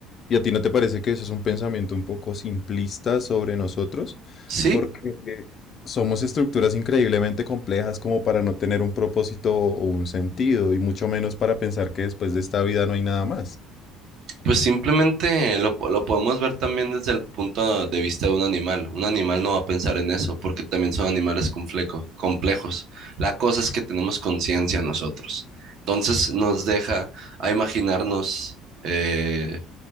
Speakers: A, on the left; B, on the right.
A: ¿Y a ti no te parece que eso es un pensamiento un poco simplista sobre nosotros?
B: Sí,
A: Porque somos estructuras increíblemente complejas como para no tener un propósito o un sentido, y mucho menos para pensar que después de esta vida no hay nada más.
B: pues simplemente lo, po- lo podemos ver también desde el punto de vista de un animal. Un animal no va a pensar en eso, porque también son animales complejos, complejos. La cosa es que tenemos conciencia nosotros. Entonces nos deja a imaginarnos eh,